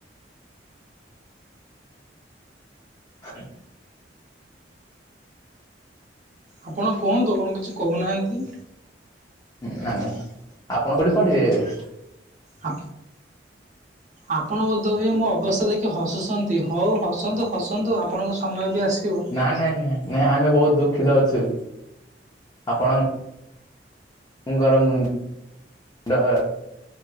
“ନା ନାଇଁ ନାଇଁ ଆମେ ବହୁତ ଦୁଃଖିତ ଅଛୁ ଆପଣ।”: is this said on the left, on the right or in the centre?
Left